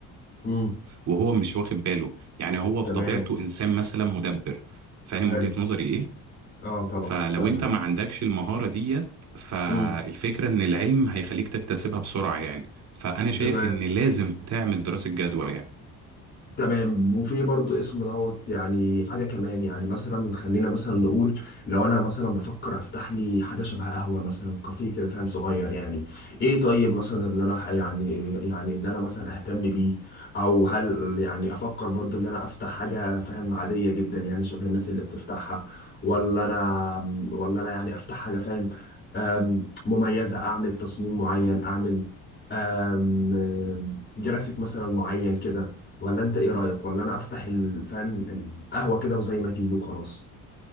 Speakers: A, on the left; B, on the right.
A: امم
B: وهو مش واخد باله يعني هو بطبيعته
A: تمام
B: انسان مثلا مدبر فاهم
A: حلو
B: وجهة نظري ايه
A: اه طبعا
B: فلو
A: فاهمك
B: انت ما عندكش المهارة ديت فالفكرة
A: امم
B: ان العلم هيخليك تكتسبها بسرعة يعني فانا شايف
A: تمام
B: ان لازم تعمل دراسة جدوى يعني
A: تمام وفي برضو اسم دوت يعني حاجة كمان يعني مثلا خلينا مثلا نقول لو أنا مثلا بفكر أفتح لي حاجة شبه قهوة مثلا كافيه كده فاهم صغير يعني إيه طيب مثلا اللي أنا يعني يعني اللي أنا مثلا أهتم بيه أو هل يعني أفكر برضو اللي أنا أفتح حاجة فاهم عادية جدا يعني شبه الناس اللي بتفتحها ولا أنا ولا أنا يعني أفتح حاجة فاهم أم، مميزة أعمل تصميم معين أعمل أم، جرافيك مثلا معين كده ولا انت ايه رأيك ولا انا افتح ال- فاهم القهوة كده وزي ما تيجي وخلاص